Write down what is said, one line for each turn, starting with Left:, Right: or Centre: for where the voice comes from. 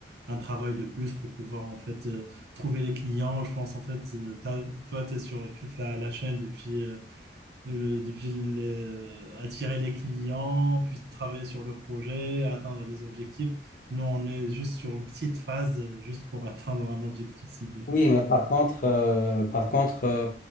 Right: un travail de plus pour pouvoir en fait euh, trouver les clients. Je pense en fait, euh, t'as- toi, tu es sur toute la, la chaîne depuis euh, de, de vil- euh, attirer les clients, puis travailler sur le projet, atteindre des objectifs. Nous, on est juste sur une petite phase, euh, juste pour <laughs> atteindre un objectif ciblé.
Left: Oui, mais par contre, euh, par contre euh,